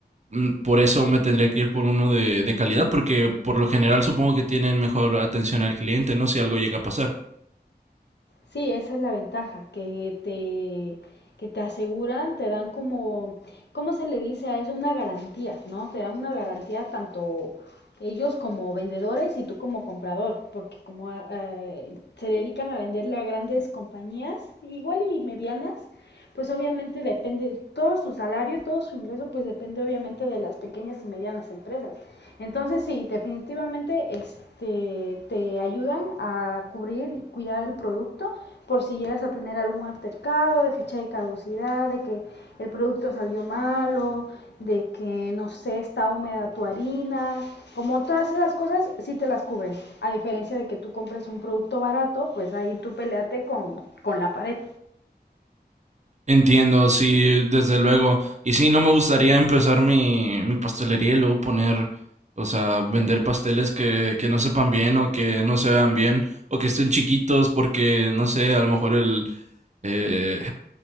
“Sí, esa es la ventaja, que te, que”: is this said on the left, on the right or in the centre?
Left